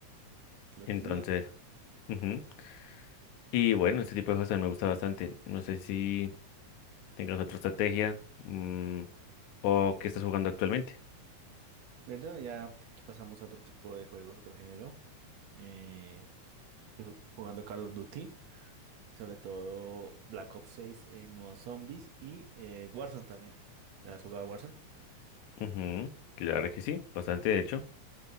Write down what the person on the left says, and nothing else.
Entonces,
ujú. Y bueno, este tipo de cosas me gusta bastante. No sé si tengas otra estrategia mm, o qué estás jugando actualmente.
Ujú, Claro que sí, bastante de hecho.